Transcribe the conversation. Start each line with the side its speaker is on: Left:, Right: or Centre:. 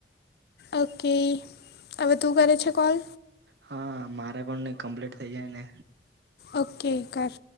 Left: ઓકે હવે તું કરે છે કોલ?
Right: હા, મારે પણ ની કમ્પ્લીટ થઇ જાય ને.
Left: ઓકે કર.